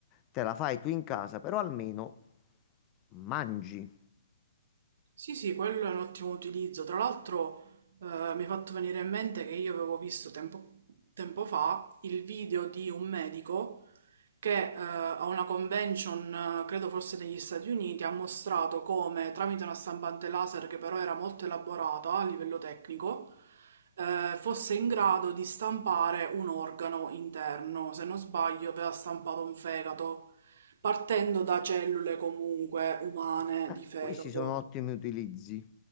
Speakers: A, on the left; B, on the right.
A: te la fai tu in casa, però almeno mangi.
B: Sì, sì, quello è un ottimo utilizzo. Tra l'altro, eh, mi è fatto venire in mente che io avevo visto tempo, tempo fa il video di un medico che eh, a una convention, eh, credo forse negli Stati Uniti, ha mostrato come tramite una stampante laser che però era molto elaborata a livello tecnico, eh, fosse in grado di stampare un organo interno. Se non sbaglio, aveva stampato un fegato, partendo da cellule comunque umane
A: Eh,
B: di fegato.
A: questi sono ottimi utilizzi.